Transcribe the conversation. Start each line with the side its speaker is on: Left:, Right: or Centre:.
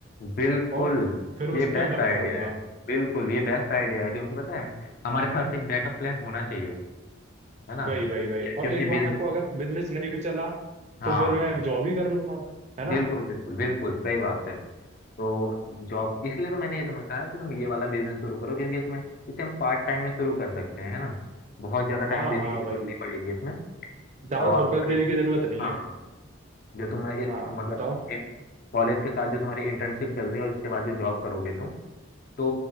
Left: बिल्कुल
Right: और फिर
Left: ये
Right: उस
Left: बेस्ट
Right: पे वर्क
Left: आइडिया
Right: करूंगा
Left: है बिल्कुल ये बेस्ट आइडिया है क्योंकि पता है हमारे पास एक बैकअप प्लान होना चाहिए है ना
Right: वही वही वही
Left: क्या क्योंकि
Right: और एक बार
Left: बिजनेस
Right: को अगर बिजनेस नहीं भी चला
Left: हाँ
Right: तो फिर मैं जॉब ही कर लूंगा है ना
Left: बिल्कुल बिल्कुल बिल्कुल सही बात है तो जॉब इसलिए तो मैंने ये तुम्हें कहा है कि तुम ये वाला बिजनेस शुरू करो क्योंकि इसमें इसे हम पार्ट टाइम में शुरू कर सकते हैं है ना बहुत ज्यादा टाइम
Right: हाँ
Left: देने
Right: हाँ
Left: की जरूरत
Right: वही
Left: नहीं पड़ेगी इसमें
Right: ज्यादा
Left: और
Right: फोकस
Left: तुम्हारी-
Right: देने की जरूरत नहीं
Left: हाँ
Right: है
Left: जो तुम इस
Right: हाँ
Left: मतलब
Right: बताओ
Left: कॉलेज के साथ जो तुम्हारी इंटर्नशिप चल रही है और इसके बाद जो जॉब करोगे तुम तो